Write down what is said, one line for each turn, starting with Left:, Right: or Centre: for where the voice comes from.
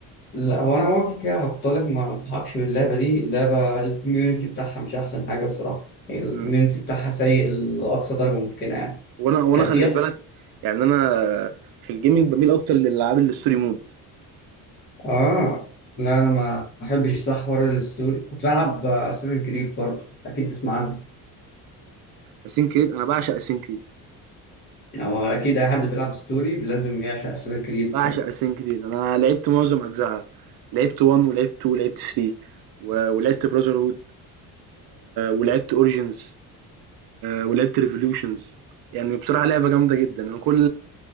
Left: لا هو انا اول كده هقول لك ما انصحكش باللعبه دي اللعبه الكوميونتي بتاعها مش احسن حاجه الصراحه الكوميونتي
Right: إمم.
Left: بتاعها سيء لاقصى درجه ممكنه يعني
Right: وانا وانا
Left: كان
Right: خلي
Left: في
Right: بالك يعني انا في الجيمنج بميل اكتر للالعاب الستوري مود
Left: اه لا انا ما احبش صح حوار الستوري كنت بلعب اساسن كريد برضه اكيد تسمع عنه
Right: اسين كريد انا بعشق اسين كريد
Left: او اكيد اي حد بيلعب ستوري لازم يعشق اساسن كريد الصراحه
Right: بعشق اسين كريد انا لعبت معظم اجزائها لعبت 1 ولعبت 2 ولعبت 3 و- ولعبت براذر هود ولعبت اوريجينز ولعبت ريفوليوشنز يعني بصراحه لعبه جامده جدا انا كل